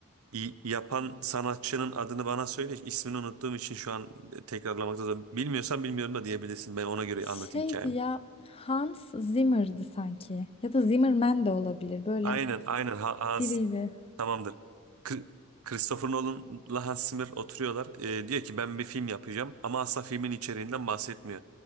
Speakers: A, on the right; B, on the left.
A: y- yapan sanatçının adını bana söyle. İsmini unuttuğum için şu an tekrarlamakta zor. Bilmiyorsan bilmiyorum da diyebilirsin. Ben ona göre
B: Şeydi
A: anlatayım hikayemi.
B: ya Hans Zimmer'dı sanki. Ya da Zimmerman de olabilir. Böyle
A: Aynen aynen Ha- Hans
B: biriydi.
A: tamamdır. Kri- Christopher Nolan'la Hans Zimmer oturuyorlar. Ee, diyor ki ben bir film yapacağım ama asla filmin içeriğinden bahsetmiyor.